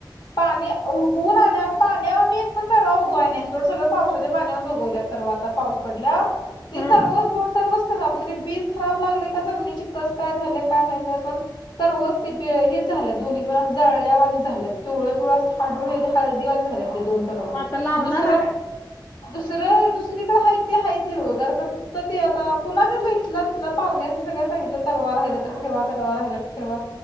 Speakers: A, on the left; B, on the left.
A: पाणी उगलुन आल्यावर पाण्यावर मी एक पण थराव उगवाय नाही सोड सगळं पावसाच्या पाण्यावर उगवल्या सर्व आता पाऊस पडल्यावर ते
B: हा
A: तरवज दोन तरवज खराब म्हणजे बीज खराब लागलेय का जमनीची कस काय झाली काय माहित नाही पण तरवच हे झालं दोन्ही पण पण जळवाणी झाल्यात पिवळं पिवळ असं खाडूळ हे हळदीवाणी झाल्या ते दोन
B: मग आता लावणारा
A: दुसरं
B: काय
A: दुसरं दुसरी कड हाय ते हाय ते हिरवीगार कर तर ते आता कुणाच्या घेतले त तिथला पाहुस सगळ्या सांगिल तरवा राहिलं तर ठेवावा राहिला ठेवा